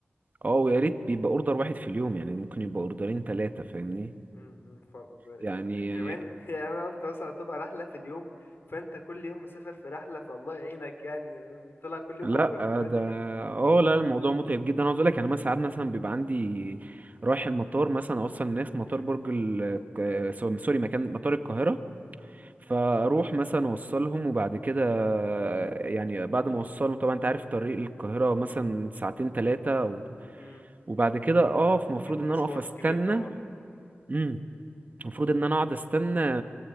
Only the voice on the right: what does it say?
اه ويا ريت بيبقى اوردر واحد في اليوم يعني ممكن يبقى اوردرين
ثلاثة فاهمني
يعني
يعني
لا
ده
اه لا الموضوع متعب جدا عاوز اقول لك يعني مثلا ساعات مثلا بيبقى عندي رايح المطار مثلا اوصل الناس مطار
برج ال ك- سو- سوري مكان مطار القاهرة فاروح مثلا اوصلهم وبعد كده يعني بعد ما اوصلهم طبعا انت عارف طريق القاهرة مثلا ساعتين ثلاثة
وبعد كده اقف المفروض
ان انا اقف استنى
إمم. المفروض ان انا اقعد استنى